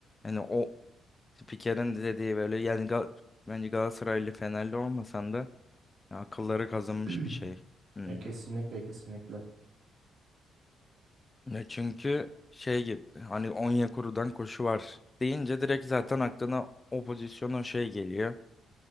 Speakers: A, on the left (about 25°); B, on the right (about 60°).
A: Yani o Spiker'in de dediği böyle yani Gal bence Galatasaraylı Fenerli olmasan da ya akılları kazınmış
B: <clears throat>
A: bir şey. Hmm.
B: E, kesinlikle kesinlikle.
A: Ya çünkü şey gibi hani Onyekuru'dan koşu var deyince direkt zaten aklına o pozisyon o şey geliyor.